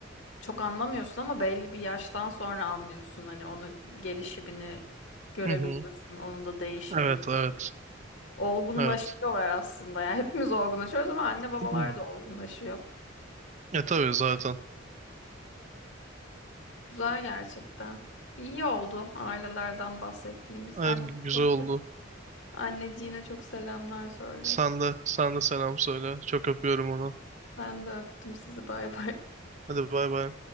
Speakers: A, on the left (about 65°); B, on the right (about 35°).
A: çok anlamıyorsun ama belli bir yaştan sonra anlıyorsun. Hani onu gelişimini görebiliyorsun,
B: Hı hı.
A: onun da değişimini.
B: Evet, evet,
A: Olgunlaşıyorlar
B: evet.
A: aslında. Yani hepimiz olgunlaşıyoruz ama anne babalar
B: <clears throat>
A: da olgunlaşıyor.
B: Ya tabii zaten.
A: Güzel gerçekten. İyi oldu ailelerden bahsettiğimiz.
B: Evet,
A: Anne
B: güzel
A: çok
B: oldu.
A: Anneciğine çok selamlar söyle.
B: Sen de, sen de selam söyle. Çok öpüyorum onu.
A: Ben de öptüm sizi bay bay.
B: Hadi bay bay.